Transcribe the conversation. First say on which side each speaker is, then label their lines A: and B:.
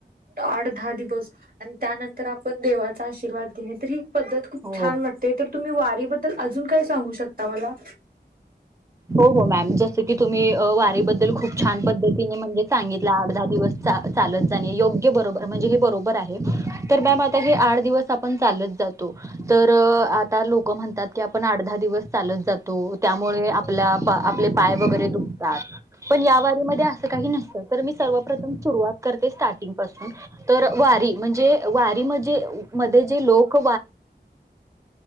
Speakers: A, on the right (about 50°); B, on the right (about 15°).
A: आठ दहा दिवस आणि त्यानंतर आपण देव चा आशीर्वाद घेणे तरी पद्धत खूप
B: हो
A: छान वाटते तर तुम्ही वारीबद्दल अजून काय सांगू शकता मला
B: हो हो मॅम जसं की तुम्ही वारीबद्दल खूप छान पद्धतीने म्हणजे सांगितलं आठ दहा दिवस चालत जाणे योग्य बरोबर म्हणजे हे बरोबर आहे तर मॅम आता हे आठ दिवस आपण चालत जातो तर आता लोक म्हणतात की आपण आठ दहा दिवस चालत जातो त्यामुळे आ आपल्या आपले पाय वगैरे दुखतात पण या वारीमध्ये असं काही नसतं तर मी सर्वप्रथम सुरुवात करते स्टार्टिंग पासून तर वारी म्हणजे वारी मजे मध्ये जे लोक